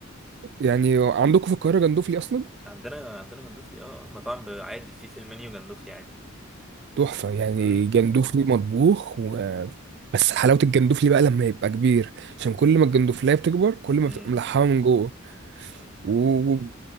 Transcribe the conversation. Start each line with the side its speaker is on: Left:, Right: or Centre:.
Right: يعني عندكم في القاهره جندوفلي اصلا
Centre: عندنا عندنا جندوفلي اه المطاعم ب- عادي في في المنيو جندوفلي عادي
Right: تحفه يعني
Centre: امم
Right: جندوفلي مطبوخ و... بس حلاوه الجندوفلي بقى لما يبقى كبير عشان كل ما الجندوفليه بتكبر كل ما
Centre: امم
Right: بتبقى ملحمه من جوه
Centre: امم
Right: و... و-